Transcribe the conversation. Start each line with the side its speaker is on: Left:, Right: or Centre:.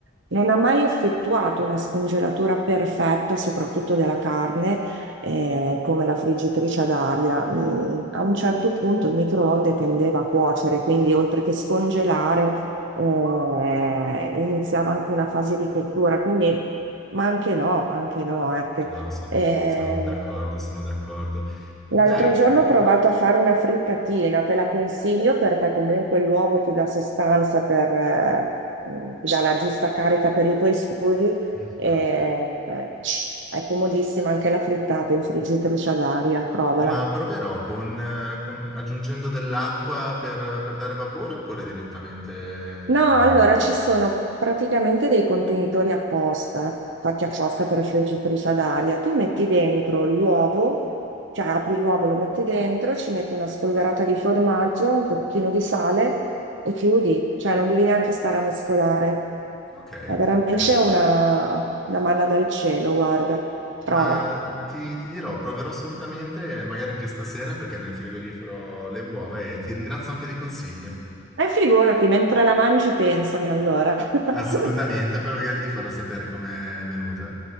Right: non ha mai effettuato una scongelatura perfetta, soprattutto della carne, eh, come la friggitrice ad aria. Mm, a un certo punto il microonde tendeva a cuocere, quindi oltre che scongelare eh, iniziava anche una fase di cottura, quindi, ma anche no, anche no, ecco.
Centre: No, son
Right: Eh,
Centre: sono d'accordo, sono d'accordo. Dai,
Right: l'altro giorno
Centre: mhmm,
Right: ho provato a fare una frittatina, te la consiglio perché comunque l'uovo ti dà sostanza per, eh, mm, ti dà la giusta carica per i tuoi studi.
Centre: mh-mh,
Right: e, eh, è comodissima anche la frittata in friggitrice ad aria, provala.
Centre: ma proverò con eh, con aggiungendo dell'acqua per per dare vapore oppure direttamente in
Right: No, allora ci sono praticamente dei contenitori apposta, fatti apposta per la friggitrice ad aria. Tu metti dentro l'uovo, cioè apri l'uovo, lo metti dentro, ci metti una spolverata di formaggio, un pochino di sale e chiudi, cioè non devi neanche stare a mescolare.
Centre: eh, okay,
Right: È veramente
Centre: okay.
Right: una, una manna dal cielo, guarda, prova.
Centre: Ma mm, ti ti dirò, proverò assolutamente, magari anche stasera, perché nel frigorifero ho le uova e ti ringrazio anche dei consigli.
Right: E figurati, mentre la mangi pensami allora. <laughs>
Centre: Assolutamente, poi magari ti farò sapere com'è venuta.